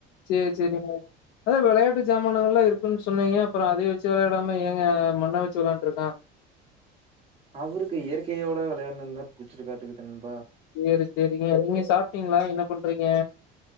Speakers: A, on the left; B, on the right.
A: செரி செரிங்க அத விளையாட்டு சாமா மானலா இருக்கு ம் சொன்னீங்க அப்பறம் அதே வ ச்சி விளையடாம ஏங்க மண்ண வச்சு விளையான்ட்ரு இருக்கான்
B: அவருக்கு இயற்கையோட விளையாண்டுந்தா புச்சிருக்க காட்டுக்கு தம்பி
A: செரி செரிங்க நீங்க சாப்ட்டீங்களா என்ன பண்றீங்க